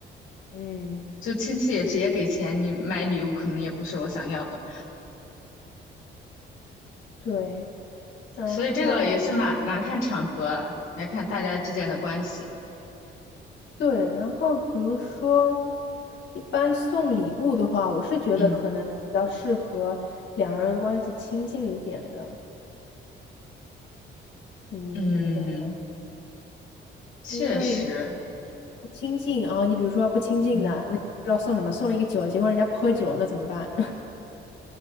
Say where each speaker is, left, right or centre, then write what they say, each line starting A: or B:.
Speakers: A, on the left; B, on the left.
A: 嗯，
B: 就亲戚也直接给钱，你买礼物可能也不是我想要的，
A: 对，然后
B: 所以这个也是蛮蛮看场合啊，来看大家之间的关系。
A: 对，然后比如说一般送礼物的话，我是觉得可能是比较适合两人关系亲近一点的，
B: 嗯
A: 你觉得呢？
B: 嗯，确实，
A: 因为如不亲近啊、你比如说不亲近的，
B: 嗯
A: 那你就不知道送什么，送了一个酒，结果人家不喝酒，那怎么办？